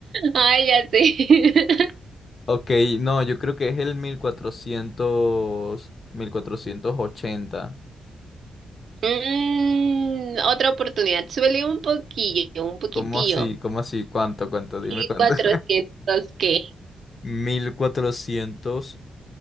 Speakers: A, on the right; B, on the left.
A: Ay, ya sé. <laughs>
B: Ok, no, yo creo que es el mil mil cuatrocientos mil cuatrocientos ochenta.
A: Mm, otra oportunidad. Suele un poquillo, un poquitillo.
B: ¿Cómo así? ¿Cómo así? ¿Cuánto? ¿Cuánto? Dime
A: ¿Y
B: cuánto.
A: 400
B: <laughs>
A: qué?
B: 1400